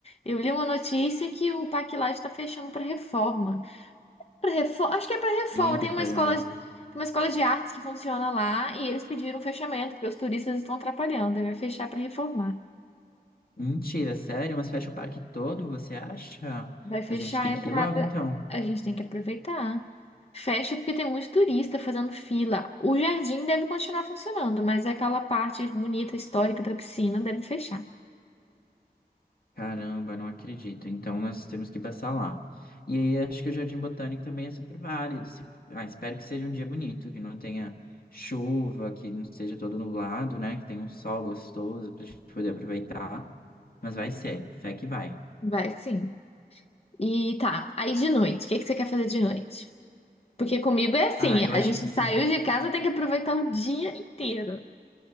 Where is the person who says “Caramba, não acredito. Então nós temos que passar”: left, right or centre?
Left